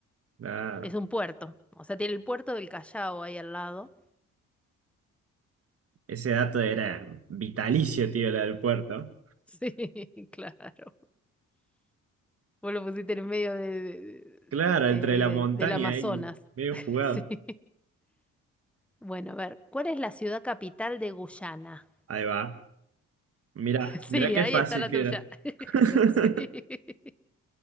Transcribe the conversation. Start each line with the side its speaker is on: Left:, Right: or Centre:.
Right: Claro.
Centre: Es un puerto, o sea, tiene el puerto del Callao ahí al lado.
Right: Ese dato era vitalicio, tío, la del puerto.
Centre: Sí, <laughs> claro. Vos lo pusiste en medio de, de-
Right: Claro, entre
Centre: de ahí,
Right: la
Centre: de-
Right: montaña
Centre: del Amazonas.
Right: ahí, medio
Centre: <laughs>
Right: jugado.
Centre: Sí. Bueno, a ver, ¿cuál es la ciudad capital de Guyana?
Right: Ahí va. Mirá,
Centre: Sí,
Right: mirá qué
Centre: ahí
Right: fácil
Centre: está la
Right: que
Centre: tuya.
Right: era.
Centre: <laughs>
Right: <laughs>
Centre: Sí.